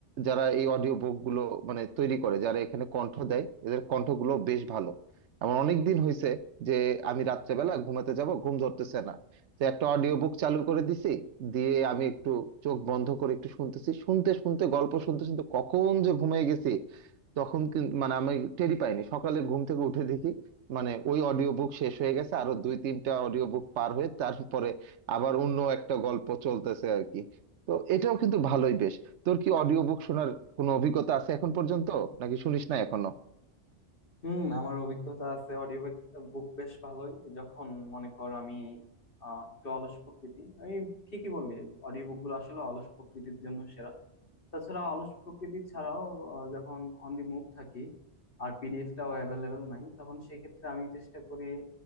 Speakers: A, on the right; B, on the left.
A: যারা এই অডিও বুক গুলো মানে তৈরি করে যারা এখানে কণ্ঠ দেয় এদের কণ্ঠগুলো বেশ ভালো এমন অনেক দিন হয়েছে যে আমি রাত্রেবেলা ঘুমাতে যাব ঘুম ধরতেছে না তো একটা অডিও বুক চালু করে দিছি দিয়ে আমি একটু চোখ বন্ধ করে একটু শুনতেছি শুনতে শুনতে গল্প শুনতে শুনতে কখন যে ঘুমিয়ে গেছি তখন কিন্তু মানে আমি টেরই পাইনি সকালে ঘুম থেকে উঠে দেখি মানে ওই অডিও বুক শেষ হয়ে গেছে আরো দুই তিনটা অডিও বুক পার হয়ে তারপরে আবার অন্য একটা গল্প চলতেছে আর কি তো এটাও কিন্তু ভালোই বেশ তোর কি অডিও বুক শোনার কোনো অভিজ্ঞতা আছে এখন পর্যন্ত নাকি শুনিস না এখনো
B: হুম আমার অভিজ্ঞতা আছে অডিও বুক বেশ ভালোই যখন মনে কর আমি আহ, একটু অলস প্রকৃতি এই ঠিকই বললি অডিও বুক গুলো আসলে অলস প্রকৃতির জন্য সেরা তাছাড়া অলস প্রকৃতি ছাড়াও আহ, যখন অন দি মুভ থাকি আর পিডিএফটাও অ্যাভেলেবেল নাই তখন সেই ক্ষেত্রে আমি চেষ্টা করি